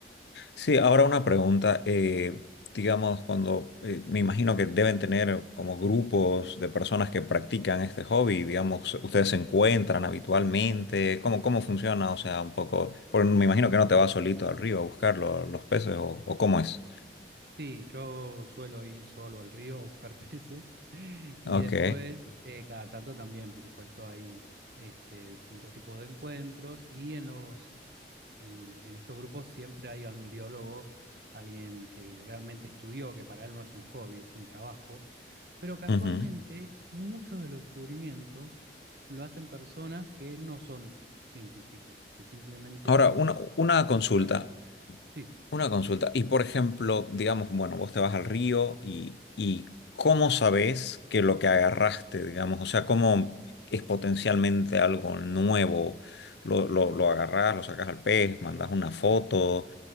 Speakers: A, on the left; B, on the right.
A: Sí, ahora una pregunta. eh, digamos, cuando eh, me imagino que deben tener como grupos de personas que practican este hobby, digamos, ustedes se encuentran habitualmente, ¿cómo, cómo funciona? O sea, un poco, porque me imagino que no te vas solito al río a buscar lo- los peces o, o cómo es.
B: Sí, yo suelo ir solo al río a buscar peces <laughs> y
A: Ok.
B: después, eh, cada tanto también, por supuesto, hay este, distintos tipos de encuentros y en los En, en estos grupos siempre hay algún biólogo, alguien que realmente estudió, que para él no es un hobby, es un trabajo. Pero casualmente
A: ujú.
B: muchos de los descubrimientos lo hacen personas que no son científicos, que simplemente
A: Ahora,
B: les gusta
A: una, una
B: la, la
A: consulta.
B: naturaleza. Sí,
A: Una consulta. Y por ejemplo, digamos, bueno, vos te vas al río y, y ¿cómo sabés que lo que agarraste, digamos, o sea, cómo es potencialmente algo nuevo? Lo, lo, lo agarrás, lo sacás al pez, mandás una foto. O